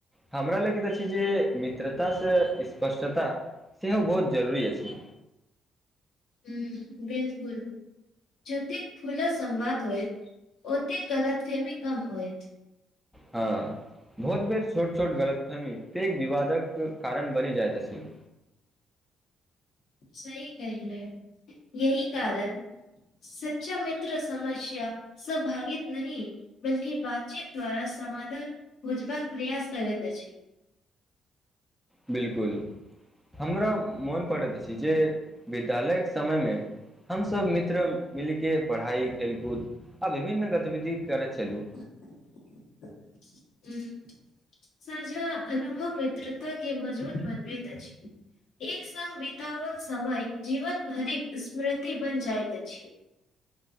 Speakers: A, in the centre; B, on the left (about 70°).
A: हमरा लगैत अछि जे मित्रता सँ स्पष्टता सेहो बहुत जरूरी अछि
B: ह बिलकुल जतेक खुला संवाद होयत ओतेक गलत फेमी कम होयत
A: हँ बहुत बेर छोट छोट गलतफेमी पेघ विवादक कारण बनि जाइत अछि <inaudible>
B: सही कहलै यहीं कारण सच्चा मित्र समस्या से भागित नहि बल्कि बातचीत द्वारा समाधान खोजबाक प्रयास करैत अछि
A: बिल्कुल हमरा मोन पड़ैत अछि जे विद्यालय के समय मे हमसभ मित्र मिल के पढ़ाइ खेलकूद आ विभिन्न गतिविधि करैत छलहुँ
B: <inaudible> हूँ साझा अनुभव मित्रता के मजबूत बनबैत अछि एक साल बितावाल समय जीवन भरिक स्मृति बन जाइत अछि